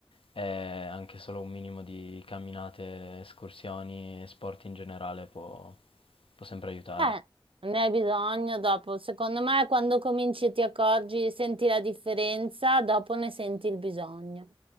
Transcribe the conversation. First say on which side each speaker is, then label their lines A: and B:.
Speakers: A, on the left; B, on the right.
A: e anche solo un minimo di camminate, escursioni e sport in generale può può sempre aiutare.
B: Eh, ne hai bisogno dopo. Secondo me, quando cominci e ti accorgi, senti la differenza, dopo ne senti il bisogno.